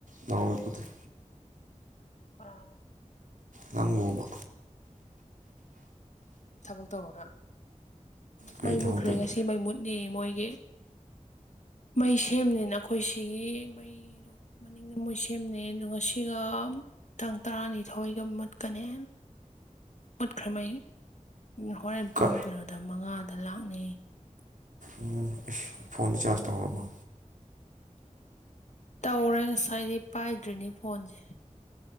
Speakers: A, on the right; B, on the left.
A: ꯉꯄꯗ
B: ꯀꯔꯅꯣ
A: ꯅꯪꯉꯨꯕ
B: ꯊꯕꯛ ꯇꯧꯔꯒ
A: ꯀꯔꯤ
B: ꯃꯩ
A: ꯊꯕꯛ
B: ꯃꯨꯠꯈ꯭ꯔꯦ
A: ꯇꯧꯔꯤ
B: ꯉꯁꯤ ꯁꯤ ꯃꯩ ꯃꯨꯠꯅꯤ ꯃꯣꯏꯒꯤ ꯃꯩ ꯁꯦꯝꯅꯤꯅ ꯑꯩꯈꯣꯏ ꯁꯤꯒꯤ ꯃꯩꯗꯣ ꯃꯅꯤꯡꯗ ꯃꯣꯏ ꯁꯦꯝꯅꯩ ꯑꯗꯨꯒ ꯁꯤꯒ ꯇꯥꯡ ꯇꯔꯥꯅꯤꯊꯣꯏꯒ ꯃꯨꯠꯀꯅꯦ ꯃꯨꯠꯈ꯭ꯔꯍꯩ ꯍꯣꯔꯦꯟ ꯄꯨꯡ
A: ꯀ
B: ꯀꯩꯅꯣꯗ ꯃꯉꯥꯗ ꯂꯥꯛꯅꯩ
A: ꯎꯝ ꯐꯣꯟ ꯆꯥꯖ ꯇꯧꯃ
B: ꯇꯧꯔꯦ ꯉꯁꯥꯏꯗꯤ ꯄꯥꯏꯗ꯭ꯔꯤꯅꯦ ꯐꯣꯟꯁꯦ